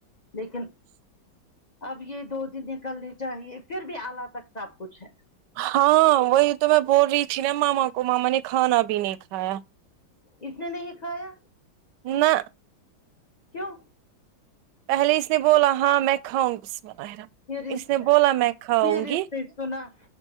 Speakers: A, on the left; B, on the right.
A: لیکن اب یہ دو دن نکلنے چاہیے پھر بھی اللہ تک سب کچھ ہے
B: ہاں وہی تو میں بول رہی تھی نا ماما کو ماما نے کھانا بھی نہیں کھایا
A: اس نے نہیں کھایا
B: نہ
A: کیوں
B: پہلے اس نے بولا ہ میں کھاؤں گی اس میںر
A: یہ رشتے
B: اس نے بولا میں کھاؤں
A: یہ رشتے
B: گی
A: سنا